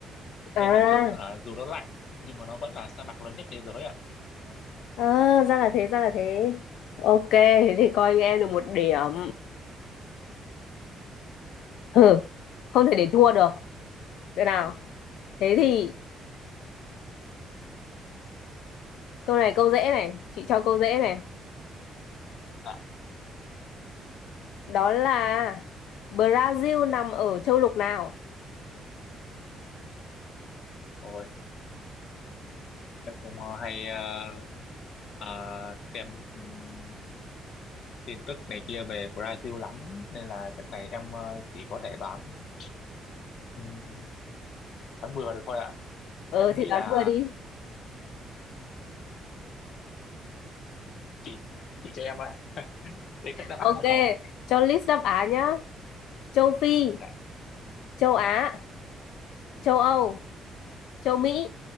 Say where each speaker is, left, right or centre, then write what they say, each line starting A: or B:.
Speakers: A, on the left (about 85°); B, on the left (about 65°).
A: à
B: nên Nam Cực á hả, dù nó lạnh nhưng mà nó vẫn là sa mạc lớn nhất thế giới ạ.
A: à ra là thế ra là thế ok thế thì coi như em được một điểm Hừ, không thể để thua được thế nào thế thì câu này câu dễ này chị cho câu dễ này
B: Dạ.
A: đó là Brazil nằm ở châu lục nào
B: Ôi, Em cũng ờ, hay ờ, ờ, xem ừm, tin tức này kia về Brazil lắm nên là chắc này em ờ, chỉ có thể đoán ừm, đoán bừa được thôi ạ.
A: ờ
B: Em nghĩ
A: thì đoán
B: là
A: vừa đi
B: chị chị cho em ơi, danh sách đáp
A: ok
B: án được không ạ?
A: cho list đáp án nhá châu Phi
B: Dạ.
A: châu Á châu Âu châu Mỹ